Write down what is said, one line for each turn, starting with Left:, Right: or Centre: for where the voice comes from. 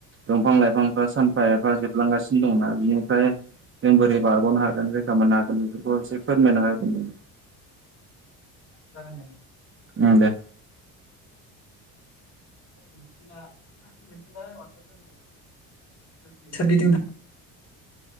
Right: दंफां लाइफांफ्रा सानफा एफा जोबलांगासिनो दंना बिनिफ्राय जों बोरै बारग'नो हागोन रैखा मोननो हागोन बेफोरखौ एसे फोरमायना होगोन नों
Left: जागोन
Right: ओं दे
Left: मिथिगा मिथिंगा होनबालाय माथ' फोरमायनो सोरगिदिं था